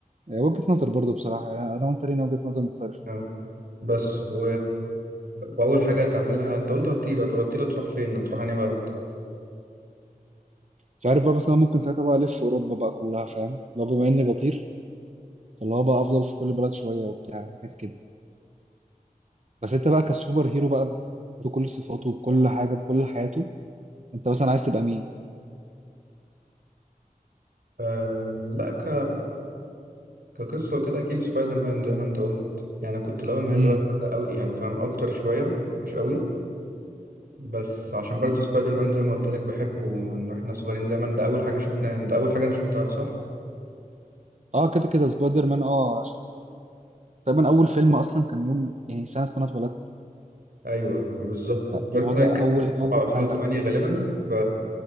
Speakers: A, on the right (about 50°); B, on the right (about 75°).
A: هي وجهة نظر برضه بصراحة يعني انا وانت لينا وجهة نظر مختلفة
B: اه بس و... واول حاجة هتعملها انت قلت هتطير طب هتطير تروح فين هتروح انهي بلد
A: مش عارف بقى بس انا ممكن ساعتها بقى الف اوروبا بقى كلها فاهم لو بما اني بطير فاللي هو بقى افضل في كل بلد شوية وبتاع وحاجات كده بس انت بقى كسوبر هيرو بقى بكل صفاته بكل حاجة بكل حياته انت مثلا عايز تبقى مين؟
B: آه لا ك كقصة وكده أكيد سبايدر مان زي ما أنت قلت يعني كنت الأول مايل
A: امم
B: لباتمان أوي يعني فاهم أكتر شوية مش أوي بس عشان برضه سبايدر مان زي ما قلت لك بحبه إن إحنا صغيرين دايما ده أول حاجة شفناها ده أول حاجة أنت شفتها صح؟
A: اه كده كده سبايدر مان اه تقريبا اول فيلم اصلا كان يوم يعني سنه ما انا اتولدت
B: أيوه بالظبط دارك
A: اللي هو ده
B: نايت اه كان
A: اول اول
B: طبعا 2008
A: حاجه
B: غالبا ف